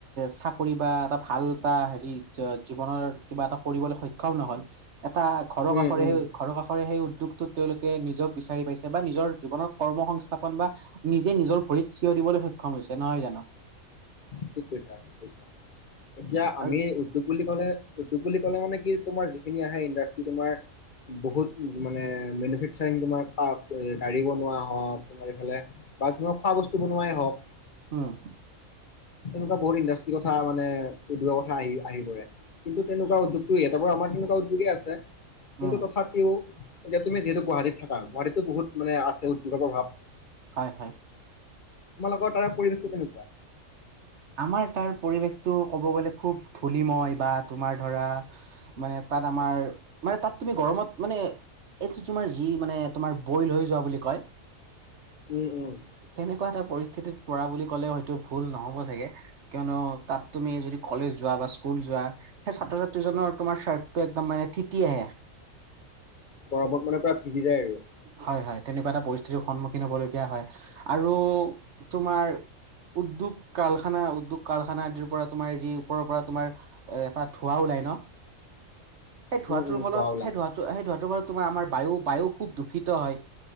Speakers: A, on the right; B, on the left.
A: চাকৰি বা এটা ভাল, এটা হেৰি জীৱনৰ কিবা এটা কৰিবলৈ সক্ষম নহ'ল, - এটা ঘৰৰ
B: উম
A: কাষৰে
B: উম
A: সেই, ঘৰৰ কাষৰে সেই উদ্যোগটোত তেওঁলোকে নিজক বিচাৰি পাইছে। বা নিজৰ জীৱনৰ কৰ্ম সংস্থাপন বা নিজে নিজৰ ভৰিত থিয় দিবলৈ সক্ষম হৈছে, নহয় জানো?
B: ঠিক কৈছা, ঠিক কৈছা। এতিয়া আমি
A: আৰু
B: উদ্যোগ বুলি ক'লে, উদ্যোগ বুলি ক'লে মানে কি তোমাৰ যিখিনি আহে ইণ্ডাষ্ট্ৰি তোমাৰ- বহুত মানে মেনুফেকচাৰিং তোমাৰ গাড়ী বনোৱা হওঁক, তোমাৰ এইফালে- বা যোনবিলাক খোৱা বস্তু বনোৱাই হওঁক।
A: উম।
B: তেনেকুৱা বহুত ইণ্ডাষ্ট্ৰিৰ কথা মানে, উদ্যোগৰ কথা আহি, আহি পৰে। কিন্তু তেনেকুৱা উদ্যোগটো ইয়াতে বাৰু আমাৰ তেনেকুৱা উদ্যোগেই আছে,
A: উম
B: কিন্তু তথাপিও এতিয়া তুমি যিহেতু গুৱাহাটীত থাকা, গুৱাহাটীতটো বহুত মানে আছে উদ্যোগৰ প্ৰভাৱ।
A: হয়, হয়।
B: তোমালোকৰ তাৰে পৰিৱেশটো কেনেকুৱা?
A: আমাৰ তাৰ পৰিৱেশটো ক'ব গ'লে, খুব ধূলিময় বা তোমাৰ ধৰা মানে তাত আমাৰ, মানে তাত তুমি গৰমত মানে এইটো তোমাৰ যি মানে, তোমাৰ এইটো বই লৈ যোৱা বুলি কয়।
B: উম, উম।
A: তেনেকুৱা এটা পৰিস্থিতিত পৰা বুলি ক'লে হয়তো, ভুল নহ'ব চাগে, কিয়নো তাত তুমি যদি কলেজ যোৱা বা স্কুল যোৱা সেই ছাত্ৰ-ছাত্ৰীজনৰ তোমাৰ চাৰ্টটো একদম মানে তিতি আহে।
B: গৰমত মানে প্ৰায় ভিজি যায় আৰু।
A: হয়, হয়, তেনেকুৱা এটা পৰিস্থিতিৰ সন্মুখীন হবলগীয়া হয় আৰু তোমাৰ উদ্যোগ কাৰখানা, উদ্যোগ কল কাৰখানা আদিৰ পৰা তোমাৰ যি ওপৰৰ পৰা তোমাৰ এ, এটা ধোঁৱা ওলাই ন'
B: <inaudible>
A: সেই ধোঁৱাটোৰ
B: উম উম
A: ফলত,
B: ধোৱা ওলাই
A: সেই ধোঁৱাটো, সেই ধোঁৱাটো ফলত তোমাৰ আমাৰ বায়ু, বায়ু খুব দু ষিত হয়,